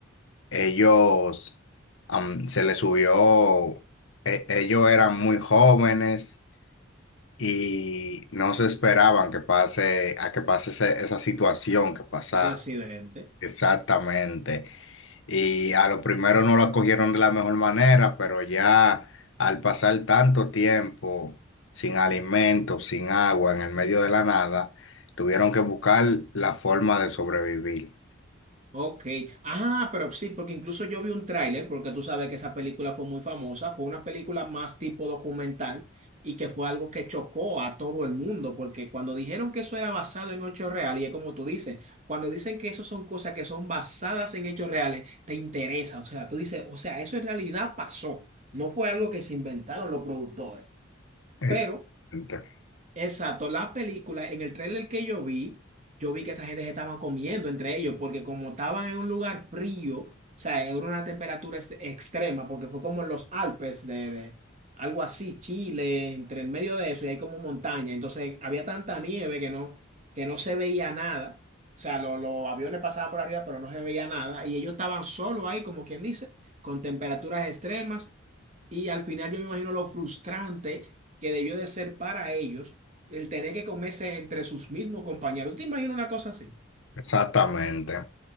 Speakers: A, on the left; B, on the right.
A: ellos am, se les subió, e- ellos eran muy jóvenes y no se esperaban que pase, a que pase ese- esa situación que pasa
B: ese accidente.
A: Exactamente. Y a lo primero no lo acogieron de la mejor manera, pero ya al pasar tanto tiempo sin alimentos, sin agua, en el medio de la nada, tuvieron que buscar la forma de sobrevivir.
B: Ok. Ah, pero sí, porque incluso yo vi un tráiler, porque tú sabes que esa película fue muy famosa, fue una película más tipo documental y que fue algo que chocó a todo el mundo, porque cuando dijeron que eso era basado en hechos reales, y es como tú dices, cuando dicen que eso son cosas que son basadas en hechos reales, te interesa, o sea, tú dices, o sea, eso en realidad pasó, no fue algo que se inventaron los productores.
A: Exactamente.
B: Pero Exacto, la película, en el tráiler que yo vi, yo vi que esa gente se estaban comiendo entre ellos, porque como estaban en un lugar frío, o sea, era una temperatura ex- extrema, porque fue como en los Alpes de, de algo así, Chile, entre el medio de eso, y hay como montaña, entonces había tanta nieve que no, que no se veía nada, o sea, lo- los aviones pasaban por arriba, pero no se veía nada, y ellos estaban solos ahí, como quien dice, con temperaturas extremas, y al final yo me imagino lo frustrante que debió de ser para ellos el tener que comerse entre sus mismos compañeros. ¿Tú te imaginas una cosa así?
A: Exactamente.